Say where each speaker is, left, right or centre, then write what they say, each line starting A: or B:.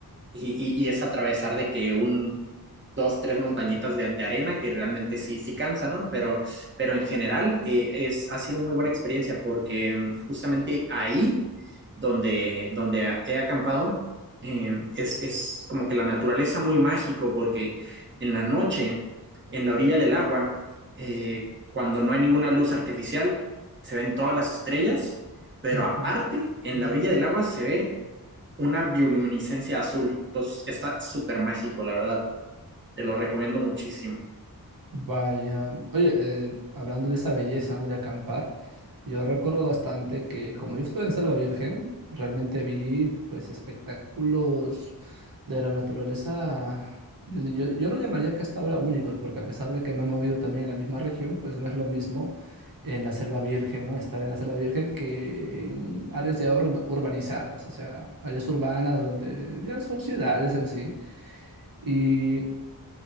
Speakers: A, on the right; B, on the right.
A: Y, y, y es atravesar de que un, dos, tres montañitas de, de arena que realmente sí, sí cansa, ¿no? Pero, pero en general eh, es, ha sido muy buena experiencia porque mm, justamente ahí donde, donde he acampado eh, es, es como que la naturaleza muy mágico porque en la noche, en la orilla del agua, eh, cuando no hay ninguna luz artificial, se ven todas las estrellas, pero
B: Ujú.
A: aparte, en la orilla del agua se ve una bioluminiscencia azul. Entonces está súper mágico, la verdad. Te lo recomiendo muchísimo.
B: Vaya, oye, eh, hablando de esa belleza, ¿no? De acampar, yo recuerdo bastante que como yo estuve en Selva Virgen, realmente vi pues espectáculos de la naturaleza, yo, yo yo lo llamaría que hasta ahora únicos, porque a pesar de que me he movido también en la misma región, pues no es lo mismo en la Selva Virgen, ¿no? Estar en la Selva Virgen que en áreas ya urba- urbanizadas, o sea, áreas urbanas donde ya son ciudades en sí. Y